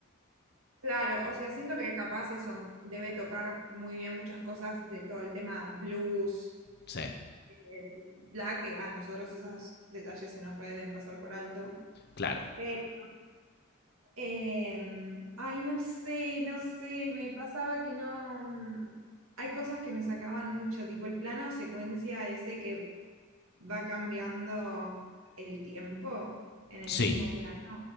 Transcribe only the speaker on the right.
Claro, o sea, siento que capaz eso debe tocar muy bien muchas cosas de todo el tema blues,
eh, bla, que a nosotros esos detalles se nos re deben pasar por alto.
Pero, em, ay, no sé, no sé, me pasaba que no. mm, Hay cosas que me sacaban mucho, tipo el plano secuencia ese que va cambiando el tiempo en el
mismo plano.